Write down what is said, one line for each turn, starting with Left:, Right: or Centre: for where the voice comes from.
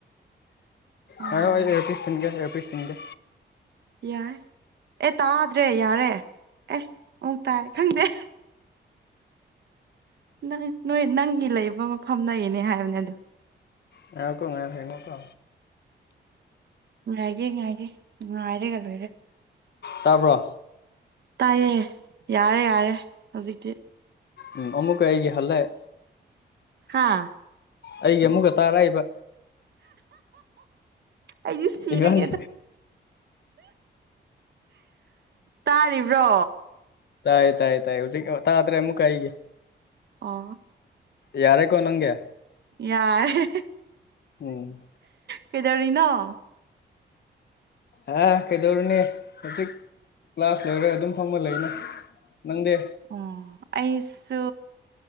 Right: ꯑꯣ
Left: ꯄꯥꯏꯌꯨ ꯑꯩ ꯑꯦꯌꯥꯔꯄꯤꯁ ꯊꯤꯟꯒꯦ ꯑꯦꯌꯥꯔ ꯄꯤꯁ ꯊꯤꯟꯒꯦ
Right: ꯌꯥꯏ ꯑꯦ ꯇꯥꯗ꯭ꯔꯦ ꯌꯥꯔꯦ ꯑꯦ ꯑꯃꯨꯛ ꯇꯥꯏ ꯈꯪꯗꯦ ꯅꯪ ꯅꯣꯏ ꯅꯪꯒꯤ ꯂꯩꯕ ꯃꯐꯝꯒꯤꯅꯦ ꯍꯥꯏꯕꯅꯦ ꯑꯗꯣ
Left: ꯉꯥꯢꯎꯀꯣ ꯉꯥꯏꯈꯣꯀꯣ
Right: ꯉꯥꯏꯒꯦ ꯉꯥꯏꯒꯦ ꯉꯥꯏꯔꯒ ꯂꯣꯏꯔꯦ
Left: ꯇꯥꯕ꯭ꯔꯣ
Right: ꯇꯥꯏꯌꯦ ꯌꯥꯔꯦ ꯌꯥꯔꯦ ꯍꯧꯖꯤꯛꯇꯤ
Left: ꯎꯝ ꯑꯃꯨꯛꯀ ꯑꯩꯒꯤ ꯍꯜꯂꯛ
Right: ꯍꯥꯥ
Left: ꯑꯩꯒꯤ ꯑꯃꯨꯛꯀ ꯇꯥꯔꯛꯏꯕ
Right: ꯑꯩꯁꯨ ꯁꯤꯔꯒꯦꯗ
Left: ꯏꯕꯥꯅꯤ
Right: ꯇꯥꯔꯤꯕ꯭ꯔꯣ
Left: ꯇꯥꯏ ꯇꯥꯏ ꯇꯥꯏ ꯍꯧꯖꯤꯛ ꯇꯥꯗ꯭ꯔꯦ ꯑꯃꯨꯛꯀꯥ ꯑꯩꯒꯤ
Right: ꯑꯣ
Left: ꯌꯥꯔꯦꯀꯣ ꯅꯪꯒꯤ
Right: ꯌꯥꯔꯦ
Left: ꯎꯝ
Right: ꯀꯩꯗꯧꯔꯤꯅ‌ꯣ
Left: ꯍꯥ ꯀꯩꯗꯧꯔꯨꯅꯤ ꯍꯧꯖꯤꯛ ꯀ꯭ꯂꯥꯁ ꯂ‌ꯣꯏꯔ ꯑꯗꯨꯝ ꯐꯝꯃ ꯂꯩꯗ ꯅꯪꯗꯦ
Right: ꯑꯣ ꯑꯩꯁꯨ